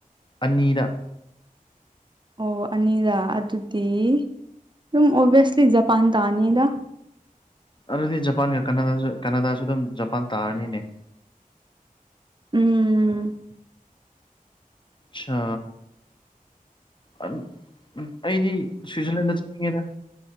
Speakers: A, on the left (about 35°); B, on the right (about 35°).
A: ꯑꯅꯤꯗ
B: ꯑꯣ ꯑꯅꯤꯗ ꯑꯗꯨꯗꯤ ꯑꯗꯨꯝ ꯑꯣꯚꯁꯂꯤ ꯖꯄꯥꯟ ꯇꯥ ꯅꯤꯗ
A: ꯑꯗꯨꯗꯤ ꯖꯄꯥꯟꯒ ꯀꯅꯥꯗꯥ ꯀꯅꯥꯗꯥꯁꯨ ꯑꯗꯨꯝ ꯖꯄꯥꯟ ꯇꯥꯔꯅꯤꯅꯦ
B: ꯎꯝ
A: ꯑꯆꯥ ꯎꯝ ꯑꯩꯗꯤ ꯁ꯭ꯋꯤꯖꯔꯂꯦꯟꯗ ꯆꯠꯅꯤꯡꯉꯦꯗ